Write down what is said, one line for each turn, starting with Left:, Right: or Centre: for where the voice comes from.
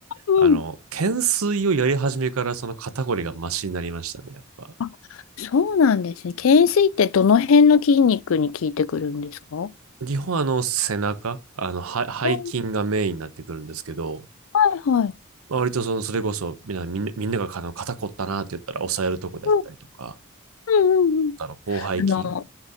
Left: うん。
Right: あの、懸垂をやり始めからその肩こりがマシになりましたね、やっぱ。
Left: あ、そうなんですね。懸垂ってどの辺の筋肉に効いてくるんですか
Right: 基本あの背中、あのは背筋がメインになってくるんですけど、
Left: おはいはい。
Right: まあ、割とそのそれこそみんな、みんなみんながあの肩こったなって言ったら押さえるとこであったりとか、
Left: うんうんうんうん。
Right: あの広背筋。
Left: あの